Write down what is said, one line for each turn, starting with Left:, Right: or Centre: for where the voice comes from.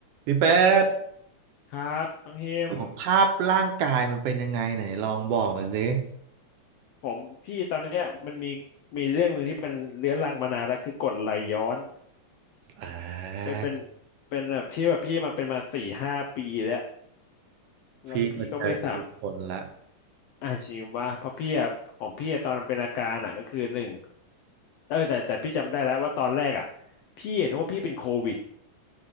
Right: พี่แป๊ด
Left: ครับน้องเฮม
Right: สุขภาพร่างกายมันเป็นยังไงไหนลองบอกมาสิ
Left: ผมพี่ตอนเนี้ยมันมีมีเรื่องหนึ่งที่เป็นเรื้อรังมานานแล้วคือกรดไหลย้อน
Right: อ่
Left: เป็นเป็น
Right: า
Left: เป็นแบบที่แบบพี่มาเป็นมาสี่ห้าปีแล้วแล้วพี่ก็ไม่สาม
Right: พี่มาเจอผู้คนละ
Left: อาจจริงว่าเพราะพี่อะของพี่อะตอนเป็นอาการอ่ะก็คือหนึ่งเออแต่แต่พี่จำได้แล้วว่าตอนแรกอ่ะพี่เห็นว่าพี่เป็นโควิด